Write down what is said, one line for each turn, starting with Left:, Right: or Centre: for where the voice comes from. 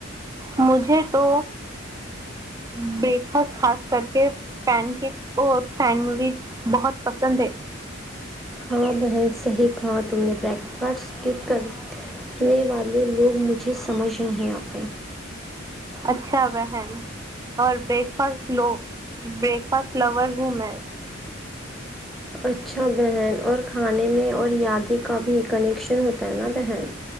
Right: مجھے تو بریکفاسٹ خاص کر کے پین کیکس اور سینڈوچ بہت پسند ہے
Centre: ہاں بہن صحیح کہا تم نے بریکفاسٹ اسکپ کرنے والے لوگ مجھے سمجھ نہیں آتے
Right: اچھا بہن اور بریک فاسٹ ل بریک فاسٹ لور ہوں میں
Centre: اچھا بہن اور کھانے میں اور یادیں کا بھی کنیکشن ہوتا ہے نا بہن